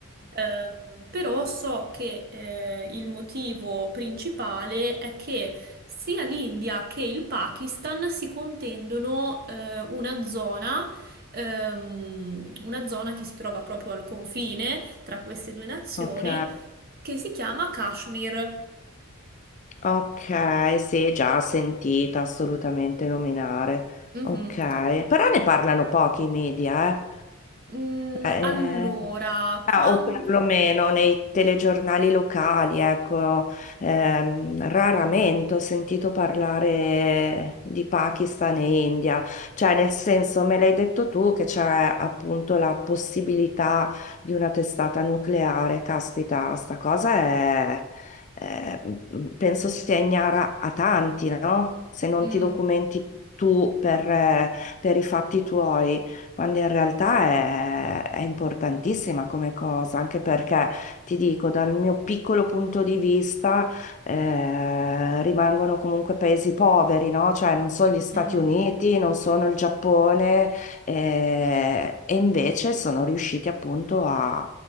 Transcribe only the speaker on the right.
ehm, però so che eh, il motivo principale è che sia l'India che il Pakistan si contendono eh, una zona, ehm, una zona che si trova proprio al confine tra queste due nazioni,
che si chiama Kashmir.
Mhm.
Mm,
allora,
quando...
mm,
mm,